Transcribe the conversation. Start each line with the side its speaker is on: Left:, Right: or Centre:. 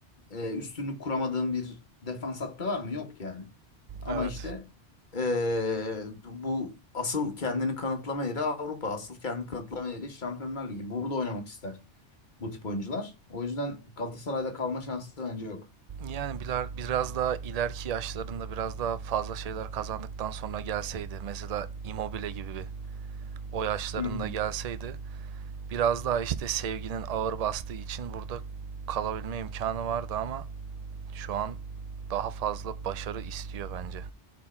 Left: e, üstünlük kuramadığın bir defans hattı var mı? Yok yani. Ama
Right: Evet.
Left: işte e, bu asıl kendini kanıtlama yeri Avrupa. Asıl kendini kanıtlama yeri Şampiyonlar Ligi. Burada oynamak ister bu tip oyuncular. O yüzden Galatasaray'da kalma şansı bence yok.
Right: Yani biraz daha ileriki yaşlarında biraz daha fazla şeyler kazandıktan sonra gelseydi mesela Immobile gibi bir o yaşlarında
Left: Hı hı.
Right: gelseydi biraz daha işte Sevgi'nin ağır bastığı için burada kalabilme imkanı vardı ama şu an daha fazla başarı istiyor bence